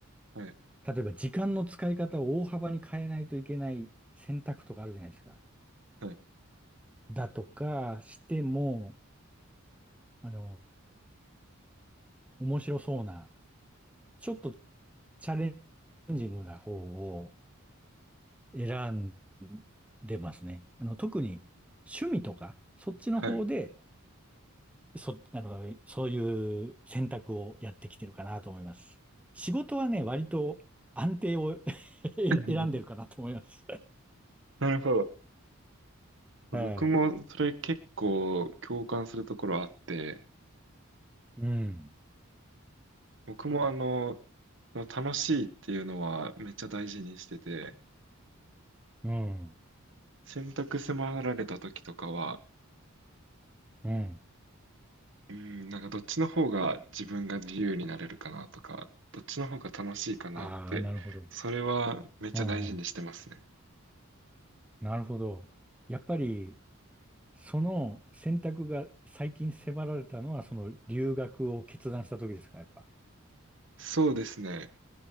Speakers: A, on the right (about 55°); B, in the centre.
A: はい、
B: 例えば時間の使い方を大幅に変えないといけない選択とかあるじゃないですか。
A: はい、
B: だとかしても、あの、面白そうな、ちょっとチャレンジングな方を選んでますね。あの、特に趣味とか、そっちの方で、
A: はい。
B: そ、あの、そういう選択をやってきてるかなと思います。仕事はね、割と安定を <laughs> 選選んでるかなと思います。
A: <laughs> なるほど。僕もそれ結構共感するところあって、
B: はい。うん。
A: 僕もあの、楽しいっていうのはめっちゃ大事にしてて、
B: うん。
A: 選択迫られた時とかは、
B: うん。
A: うん、なんかどっちの方が自分が自由になれるかなとか、どっちの方が楽しいかなって、
B: ああ、なるほど。
A: それはめっちゃ大事にしてますね。
B: うんうん。なるほど。やっぱり、その選択が最近迫られたのは、その留学を決断した時ですか、やっぱ。
A: そうですね。